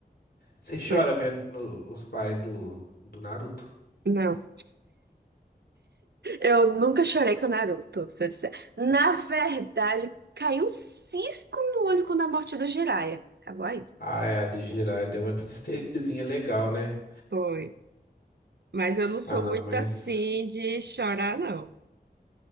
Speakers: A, on the left (about 70°); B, on the right (about 75°).
A: Você chora
B: Pois-
A: vendo os pais do, do Naruto?
B: Não. Eu nunca chorei com o Naruto, se eu disser. Na verdade, caiu um cisco no olho com a morte do Jiraiya. Acabou aí.
A: Ai, a do Jiraiya deu uma tristezinha legal, né?
B: Foi. Mas eu não sou
A: Ah, não,
B: muito
A: mas.
B: assim de chorar, não.